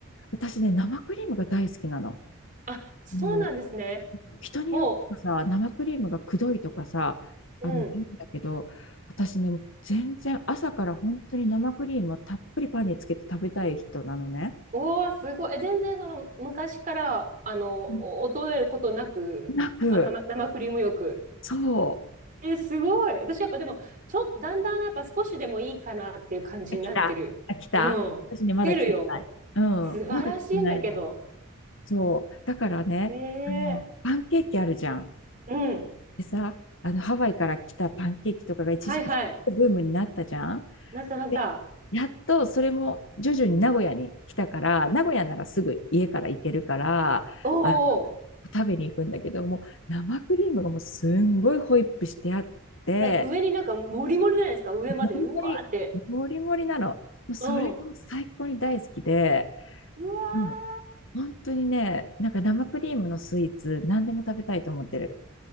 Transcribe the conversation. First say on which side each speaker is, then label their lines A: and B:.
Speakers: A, on the left (about 60°); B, on the right (about 35°).
A: 私ね、生クリームが大好きなの。
B: あ、そうなんですね。
A: も人によってはさ、
B: も
A: 生クリームがくどいとかさ、
B: う、
A: あの、
B: うん。
A: 言うんだけど、私ね、もう全然朝から本当に生クリームをたっぷりパンにつけて食べたい人なのね。
B: うわすごい。え全然その昔から、あの、
A: うん。
B: お衰えることなく、
A: なく、
B: あ、生、生クリームよく。
A: そ
B: え、すごい。私やっぱでも、ちょっと、だんだんやっぱ少しでもいいかなっていう感じになってる。
A: う。来た。あ、来た。
B: うん。
A: 私ね、
B: 来てるよ。
A: まだ来てない。うん、
B: 素晴らしいんだけど。
A: まだ来てないの。そう。だからね、
B: ええ
A: あの、パンケーキあるじゃん。
B: うん。
A: でさ、あの、ハワイから来たパンケーキとかが一時期ブームになったじゃん。
B: はいはい。なったなった。
A: でやっとそれも徐々に名古屋に来たから、名古屋ならすぐ家から行けるから、
B: おうおうおう。
A: あの食べに行くんだけど、もう生クリームがもうすんごいホイップしてあって、
B: なんか上になんかモリモリじゃないですか、上まで。
A: もりもり、
B: うわーって。
A: もりもりなの。もうそれがもう最高に大好きで、
B: うん。うわ
A: もう本当にね、なんか生クリームのスイーツ、何でも食べたいと思ってる。